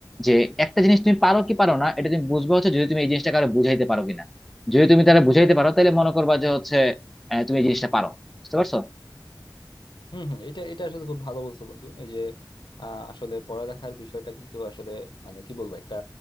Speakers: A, in the centre; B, on the left.
A: যে একটা জিনিস তুমি পারো কি পারো না এটা তুমি বুঝবা হচ্ছে যদি তুমি এই জিনিসটা কারো বুঝাইতে পারো কিনা যদি তুমি তারা বুঝাইতে পারো তাহলে মনে করবা যে হচ্ছে আহ, তুমি এই জিনিসটা পারো বুঝতে পারছো
B: হম হম এটা এটা আসলে খুব ভালো বলছো বন্ধু এই যে আহ, আসলে পড়ালেখার বিষয়টা কিন্তু আসলে মানে কি বলবো একটা